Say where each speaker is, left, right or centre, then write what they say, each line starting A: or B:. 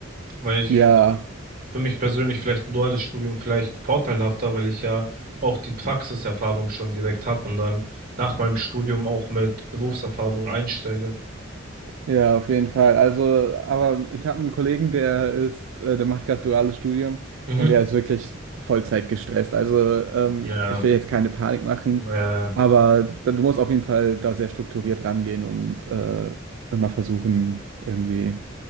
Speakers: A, on the right (about 45°); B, on the right (about 75°).
A: Weil ich
B: Ja.
A: für mich persönlich vielleicht ein duales Studium vielleicht vorteilhafter, weil ich ja auch die Praxiserfahrung schon direkt habe und dann nach meinem Studium auch mit Berufserfahrung einsteige.
B: Ja, auf jeden Fall. Also, aber ich habe einen Kollegen, der ist, äh, der macht gerade duales Studium
A: Mhm.
B: und der ist wirklich Vollzeit gestresst. Also, ähm,
A: Ja,
B: ich will jetzt keine Panik machen,
A: äh,
B: aber da- du musst auf jeden Fall da sehr strukturiert rangehen und äh, immer versuchen, irgendwie